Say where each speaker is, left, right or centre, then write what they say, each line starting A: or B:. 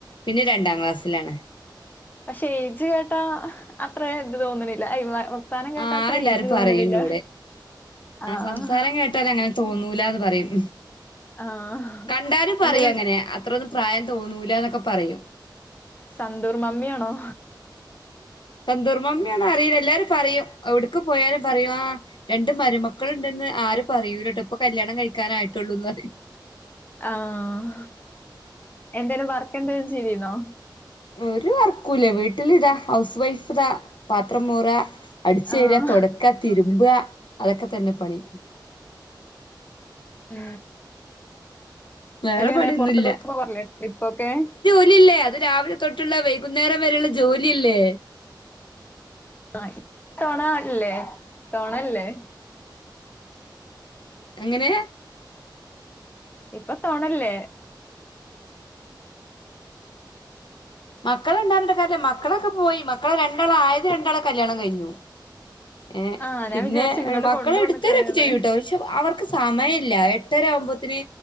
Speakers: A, on the left (about 75°); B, on the left (about 20°).
A: പിന്നെ രണ്ടാക്ലാസ്സിലാണ്.
B: പഷേ എയ്ജ് കേട്ടാ അത്ര ത് തോന്ന്ണില്ല ഐ വ. ത്താനം കേട്ടാത്രെ
A: ആഹ് എല്ലാരും
B: ഏജ് തോന്നണില്ല
A: പറയും ഇന്നോട്
B: ആഹ്.
A: സംസാരം കേട്ടാൽ അങ്ങനെ തോന്നൂലാന്ന് പറയും
B: ആഹ്
A: കണ്ടാലും പറയൊങ്ങനെ
B: എന്തേലും
A: അത്രൊന്നും പ്രായം തോന്നൂല ന്നൊക്കെ പറയും.
B: സന്തൂർ മമ്മ്യാണോ?
A: സന്തൂർമമ്മ്യാണറീല എല്ലാരും പറയും എവ്ടുക്ക് പോയാലും. പറയു ആ രണ്ട് മരുമക്കള്ണ്ട്ന്ന് ആരും പറയൂലട്ടോ ഇപ്പൊ കല്യാണം കഴിക്കാനായിട്ടുള്ളൂന്നറിം.
B: ആഹ് എന്തേലും വർക്കെന്തേലും ചെയ്തീന്നോ.
A: ഒരു വർക്കൂല്ല്യ വീട്ടിലിതാ ഹൗസ് വൈഫ്താ പാത്രംമോറാ. അടിചേരാ,
B: ആഹ്
A: തൊടക്ക, തിര്മ്പ, അതൊക്കെ തന്നെ പണി.
B: ഉ
A: വേറെ
B: എല്ല
A: പണിയൊന്നുല്ല
B: നെ പൊറത്ക്കൊക്കെ പോവാറില്ലേ ട്രിപ്പൊക്കെ.
A: ഇല്ല ല്ലെ അത് രാവിലെ തൊട്ട്ള്ളെ വൈകുന്നേരം വരെള്ള ജോല്യല്ലേ.
B: ആ തോണാല്ലേ തോണല്ലേ.
A: എങ്ങനെ.
B: ഇപ്പൊ തൊണല്ലേ?
A: മക്കള്ണ്ട് അറഞ്ഞിട്ട് കാര്യല്ല, മക്കളൊക്കെ പോയി. മക്കളെ രണ്ടാള, ആയത് രണ്ടാളെ കല്യാണം കഴിഞ്ഞു. ഏഹ്!
B: ആഹ് ഞാൻ
A: പിന്നെ,
B: വിചാരിച്ചു ഇങ്ങട്
A: മക്കള്
B: കൊണ്ടുവന്നക്കാണ്ന്ന്
A: ഇട്ത്തെരൊക്കെ ചെയ്യൂട്ടോ. പക്ഷെ, അവർക്ക് സമയല്ല. എട്ടരാ വുമ്പോത്തിന്,